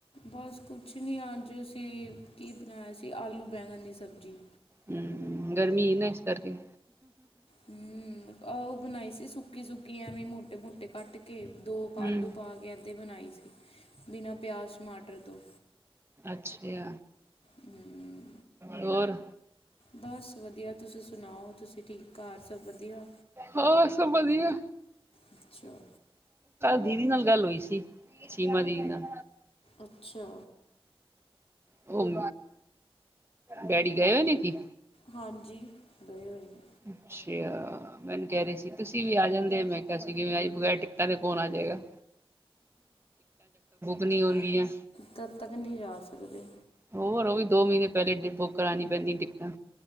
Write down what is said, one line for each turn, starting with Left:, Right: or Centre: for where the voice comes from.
Left: ਬਸ ਕੁਛ ਨਹੀਂ ਅੱਜ ਅਸੀਂ ਕਿ ਬਣਾਇਆ ਸੀ ਆਲੂ ਬੈਗਨ ਦੀ ਸਬਜ਼ੀ।
Right: ਹਮ ਗਰਮੀ ਹੈ ਨਾ ਇਸ ਕਰਕੇ
Left: ਹੂੰ ਆਹ ਉਹ ਬਣਾਈ ਸੀ ਸੁੱਕੀ -ਸੁੱਕੀ ਐਵੇਂ ਮੋਟੇ -ਮੋਟੇ ਕੱਟ ਕੇ ਦੋ ਆਲੂ
Right: ਹਮ
Left: ਪਾ ਕੇ ਤੇ ਬਣਾਈ ਸੀ ਬਿਨਾਂ ਪਿਆਜ਼, ਟਮਾਟਰ ਤੋਂ
Right: ਅੱਛਾ
Left: ਹ
Right: ਹੋਰ
Left: ਬਸ ਵਧੀਆ ਤੁਸੀਂ ਸੁਣਾਓ ਤੁਸੀਂ ਠੀਕ? ਘਰ ਸਭ ਵਧੀਆ
Right: ਹਾਂ, ਸਭ ਵਧੀਆ।
Left: ਅੱਛਾ
Right: ਦੀਦੀ ਨਾਲ ਗੱਲ ਹੋਈ ਸੀ। ਚੀਮਾ ਦੀਦੀ ਨਾਲ
Left: ਅੱਛਾ
Right: ਉਹ ਡੈਡੀ ਗਏ ਹੋ ਨੇ ਕਿ?
Left: ਹਾਂਜੀ, ਗਏ ਹੋਏ ਨੇ।
Right: ਅੱਛਾ, ਮੈਨੂੰ ਕਹਿ ਰਹੀ ਸੀ ਤੁਸੀਂ ਵੀ ਆ ਜਾਂਦੇ। ਮੈਂ ਕਿਹਾ ਸੀ ਅਸੀ ਬਗੈਰ ਟਿਕਟਾਂ ਦੇ ਕੌਣ ਆ ਜਾਂ ਹੈਗਾ ਨਹੀਂ ਹੋਣਗੀਆਂ
Left: ਤਦ ਤੱਕ ਨਹੀਂ ਜਾ ਸਕਦੇ
Right: ਹੋਰ ਉਹ ਵੀ ਦੋ ਮਹੀਨੇ ਪਹਿਲੇ, ਬੁੱਕ ਕਰਾਉਣੀ ਪੈਂਦੀ ਟਿਕਟਾਂ।